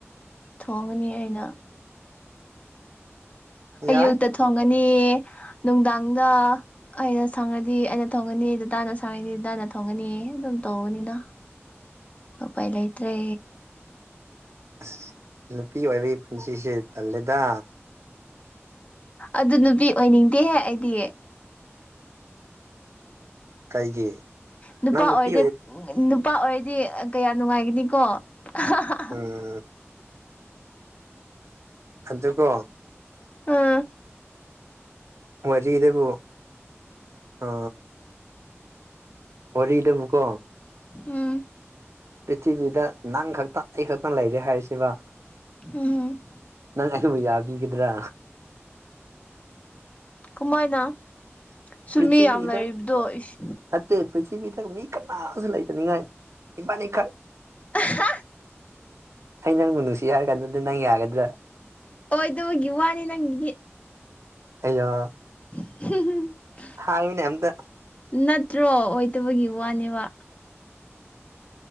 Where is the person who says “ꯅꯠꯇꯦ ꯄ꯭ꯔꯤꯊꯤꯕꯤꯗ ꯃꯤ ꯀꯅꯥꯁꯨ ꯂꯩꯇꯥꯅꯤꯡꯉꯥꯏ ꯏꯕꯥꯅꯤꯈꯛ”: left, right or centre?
Right